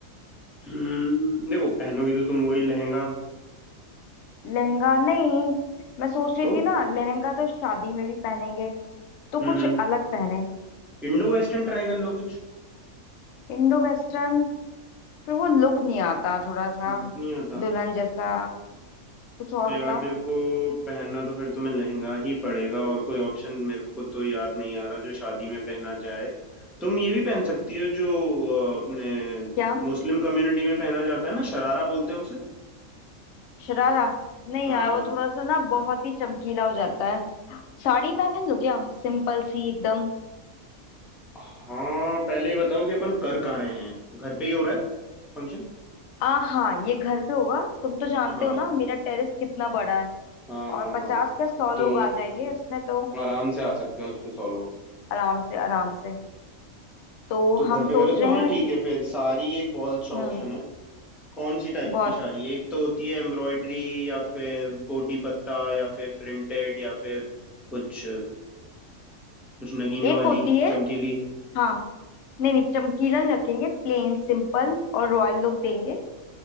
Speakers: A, in the centre; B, on the left.
A: हम्म देखो पहनोगी तो तुम वही लहंगा
B: लहंगा नहीं मैं सोच रही
A: तो
B: थी ना लहंगा तो शादी में भी पहनेंगे तो
A: हम्म
B: कुछ अलग पहने
A: इंडो वेस्टर्न ट्राई कर लो कुछ
B: Indo western फिर वो लुक नहीं आता थोड़ा सा
A: लुक नहीं आता
B: दुल्हन जैसा कुछ और
A: तो यार
B: बताओ
A: देखो पहनना तो फिर तुम्हें लहंगा ही पड़ेगा और कोई ऑप्शन मेरे को तो याद नहीं आ रहा जो शादी में पहना जाए तुम ये भी पहन सकती हो जो अ, अपने
B: क्या
A: मुस्लिम कम्युनिटी में पहना जाता है ना शरारा बोलते हैं
B: शरारा नहीं
A: हाँ
B: यार वो थोड़ा सा ना बहुत ही चमकीला हो जाता है साड़ी पहन लो क्या सिंपल सी एकदम
A: हाँ पहले ही बताओ कि अपन कर कहाँ रहे हैं घर पे ही हो रहा है फंक्शन
B: आ हाँ ये घर पे होगा तुम तो जानते
A: हाँ
B: हो ना मेरा टेरेस कितना बड़ा है
A: हाँ
B: और
A: हाँ
B: पचास
A: हाँ
B: क्या सौ लोग
A: तो
B: आ जाएंगे उसमें तो
A: आराम से आ सकते हैं उस पे सौ लोग
B: आराम से आराम से तो
A: तो घर
B: हम
A: पे
B: सोच
A: करें तो
B: रहे
A: हाँ
B: हैं
A: ठीक है फिर साड़ी एक बहुत अच्छा
B: हम्म
A: ऑप्शन है कौन सी टाइप
B: बहुत
A: की साड़ी एक तो होती है एम्ब्रॉयडरी या फिर गोटी पत्ता या फिर प्रिंटेड या फिर कुछ कुछ नगीने वाली
B: एक होती है
A: चमकीली
B: हाँ नहीं नहीं चमकीला नहीं रखेंगे प्लेन सिंपल और रॉयल लुक देंगे